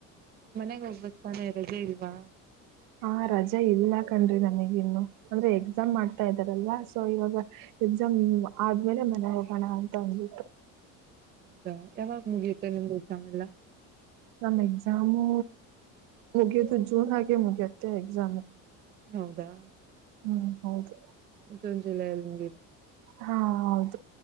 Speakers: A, on the right; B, on the right.
A: ಮನೆಗ್ ಹೋಗ್ಬೇಕತಾನೆ ರಜೆ ಇಲ್ವಾ.
B: ಆ ರಜೆ ಇಲ್ಲ ಕಣ್ರಿ ನನಗಿ ಇನ್ನು ಅಂದ್ರೆ ಎಕ್ಸಾಮ್ ಮಾಡ್ತಾ ಇದ್ದಾರಲ್ಲ ಸೊ ಇವಾಗ ಎಕ್ಸಾಮ್ ಆದ್ಮೇಲೆ ಮನೆ ಹೋಗೋಣ ಅಂತ ಅಂದಬಿಟ್ಟು.
A: ಹೌದಾ ಯಾವಾಗ ಮುಗಿಯುತ್ತೆ ನಿಮ್ದು ಎಕ್ಸಾಮ್ ಎಲ್ಲ.
B: ನಮ್ ಎಕ್ಸಾಮು ಮುಗಿಯುದುು ಜೂನ್ಗೆ ಮುಗಿಯತ್ತೆ ಎಕ್ಸಾಮು.
A: ಹೌದಾ.
B: ಹ್ಮ್ ಹೌದು.
A: ಜೂನ್ ಜುಲೈ ಅಲ್ಲಿ ನಿ.
B: ಹಾ ಹೌದು.